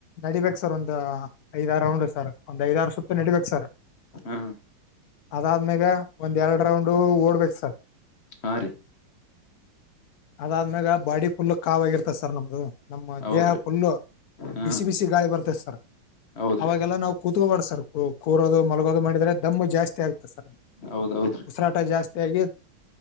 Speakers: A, on the left; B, on the left.
A: ನಡಿಬೇಕೇಕ್ ಸರ್ ಒಂದ್ ಐದ ಆಾರ ರೌಂಡ್ ಸರ್ ಒಂದ್ ಐದಾರ ಸುತ್ತ ನಡಿಬೇಕಕ್ ಸರ್
B: ಹ್ಮ
A: ಅದಾದ್ಮ್ಯಾಗ ಒಂದ್ ಎರಡ್ ರೌಂಡ್ ಓಡ್ಬೇಕು ಸರ್
B: ಹಾ ರೀ
A: ಅದಾದ್ಮ್ಯಾಗ ಬಾಡಿ ಫುಲ್ ಕಾವ ಆಗರ್ತತೆ ಸರ್ ನಮ್ದಗ ನ
B: ಹೌದ್ರಿ
A: ದೇಹ ಫುಲ್ಲು
B: ಹಾ
A: ಬಿಸಿ ಬಿಸಿ ಗಾಳಿ ಬರ್ತದೆ ಸರ್
B: ಹೌದ್ರಿ
A: ಅವಾಗೆಲ್ಲಾ ನಾವು ಕೂತ್ಕೋಬಾರಡ ಸರ್ ಕೂರೋದು ಮಲಗೋದು ಮಾಡಿದರೆೆ ದಮ್ಮು ಜಾಸ್ತಿ ಆಗತೆ ಸರ್ ನ
B: ಹೌದ್ ಹೌದ್ರಿ
A: ಉಸರಾ ಊಟ ಜಾಸ್ತಿ ಆಗ